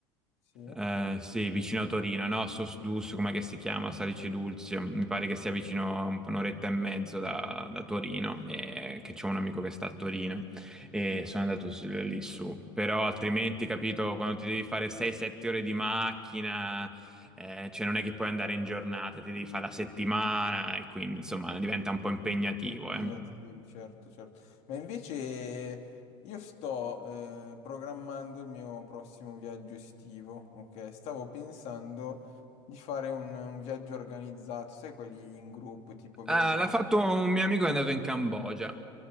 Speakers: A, on the left; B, in the centre.
A: sì,
B: eh, sì, vicino a Torino, no? Sosdus, come che si chiama? Salice Dulzio. Mi pare che sia vicino a un'oretta e mezzo da, da Torino, e che c'è un amico che sta a Torino e sono andato s- lì su. Però altrimenti, capito, quando ti devi fare 6-7 ore di macchina, eh, cioè non è che puoi andare in giornata, ti devi fare la settimana e quindi insomma diventa un po' impegnativo,
A: è impegnativo,
B: eh.
A: certo, certo. Ma invece io sto eh, programmando il mio prossimo viaggio estivo, ok? Stavo pensando di fare un, un viaggio organizzato, sai, quelli in gruppo, tipo viaggio
B: Ah, l'ha
A: avven-
B: fatto un mio amico che è andato in Cambogia.